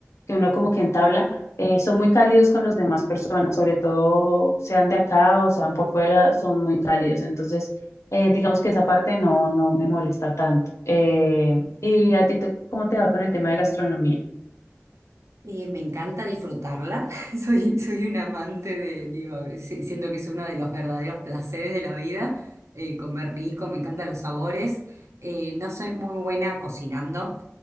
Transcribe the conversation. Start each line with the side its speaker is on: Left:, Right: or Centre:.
Left: que uno como que entabla, eh, son muy cálidos con las demás personas, sobre todo sean de acá o sean por fuera, son muy cálidos. Entonces, eh, digamos que esa parte no, no me molesta tanto. Eh, ¿y a ti te- cómo te va con el tema de gastronomía?
Right: Eh, me encanta disfrutarla. <laughs> Soy, soy un amante de, digo, si- siento que es uno de los verdaderos placeres de la vida, eh, comer rico, me encantan los sabores. Eh, no soy muy buena cocinando,